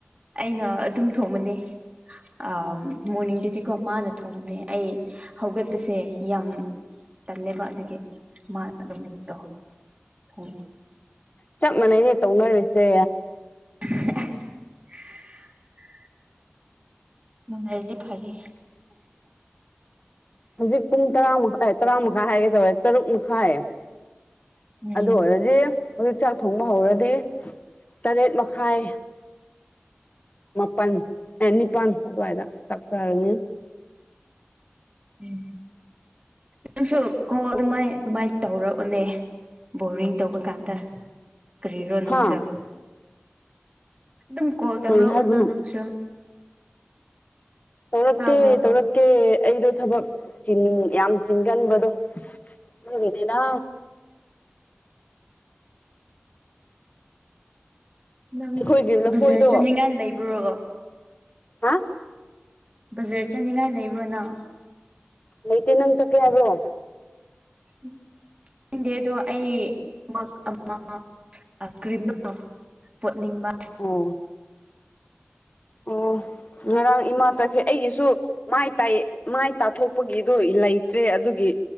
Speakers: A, on the right; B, on the left.
A: ꯑꯩꯅ ꯑꯗꯨꯝ ꯊꯣꯡꯕꯅꯤ ꯑꯥꯞ ꯃꯣꯔꯅꯤꯡꯗꯨꯗꯤꯀꯣ ꯃꯥꯅ ꯊꯣꯡꯕꯅꯦ ꯑꯩ ꯍꯧꯒꯠꯄꯁꯦ ꯌꯥꯝ ꯇꯜꯂꯦꯕ ꯑꯗꯨꯒꯤ ꯃꯥ ꯑꯗꯨꯝ ꯇꯧ ꯍꯣꯏ
B: ꯆꯞ ꯃꯥꯟꯅꯩꯅꯦ ꯇꯧꯅꯔꯤꯁꯦ
A: <unintelligible> ꯃꯥꯟꯅꯔꯗꯤ ꯐꯔꯦ
B: ꯍꯧꯖꯤꯛ ꯄꯨꯡ ꯇꯔꯥ ꯇꯔꯥꯃꯥꯏ ꯍꯥꯏꯒꯦ ꯇꯧꯋꯦ ꯇꯔꯨꯛ ꯃꯈꯥꯏ
A: ꯎꯝ
B: ꯑꯗꯨ ꯑꯣꯏꯔꯗꯤ ꯍꯧꯖꯤꯛ ꯆꯥꯛ ꯊꯣꯡꯕ ꯍꯧꯔꯗꯤ ꯇꯔꯦꯠ ꯃꯈꯥꯏ ꯃꯥꯄꯜ ꯑꯦ ꯅꯤꯄꯥꯜ ꯑꯗꯨꯋꯥꯏꯗ ꯆꯥꯛ ꯆꯥꯔꯅꯤ
A: ꯎꯝ ꯅꯪꯁꯨ ꯀꯣ ꯑꯗꯨꯃꯥꯏ ꯑꯗꯨꯃꯥꯏꯅ ꯇꯧꯔꯛꯎꯅꯦ ꯕꯣꯔꯤꯡ ꯇꯧꯕ ꯀꯥꯟꯗ ꯀꯔꯤꯔꯣ ꯅꯪꯁꯨ
B: ꯍꯥ
A: ꯑꯗꯨꯝ ꯀꯣꯜ ꯇꯧꯔꯛꯑꯣꯅ
B: ꯀꯔꯤ ꯍꯥꯏꯕꯅꯣ
A: ꯅꯪꯁꯨ
B: ꯇꯧꯔꯛꯀꯦ
A: ꯇꯥꯕ꯭ꯔꯣ
B: ꯇꯧꯔꯛ ꯀꯦ ꯑꯩꯗꯣ ꯊꯕꯛ ꯆꯤꯟ ꯌꯥꯝ ꯆꯤꯟꯒꯟꯕꯗꯣ ꯑꯗꯨꯒꯤꯅꯤꯗ
A: ꯅꯪ
B: ꯑꯩꯈꯣꯏꯒꯤ ꯂꯐꯣꯏꯗꯣ
A: ꯕꯖꯥꯔ ꯆꯠꯅꯤꯡꯉꯥꯏ ꯂꯩꯕꯔꯣ
B: ꯍꯥ
A: ꯕꯖꯥꯔ ꯆꯠꯅꯤꯡꯉꯥꯏ ꯂꯩꯕ꯭ꯔꯣ ꯅꯪ
B: ꯂꯩꯇ ꯅꯪ ꯆꯠꯀꯦ ꯍꯥꯏꯕ꯭ꯔꯣ
A: <unintelligible> ꯑꯗꯣ ꯑꯩ ꯃꯛ ꯑꯃ ꯀ꯭ꯔꯤꯝꯗꯣ ꯄꯣꯠꯅꯤꯡꯕ
B: ꯑꯣ
A: <inaudible>
B: ꯑꯣ ꯉꯔꯥꯡ ꯏꯃꯥ ꯆꯠꯈ꯭ꯔꯦ ꯑꯩꯒꯤꯁꯨ ꯃꯥꯏ ꯇ ꯃꯥꯏ ꯇꯥꯊꯣꯛꯄꯒꯤꯗꯣ ꯂꯩꯇ꯭ꯔꯦ ꯑꯗꯨꯒꯤ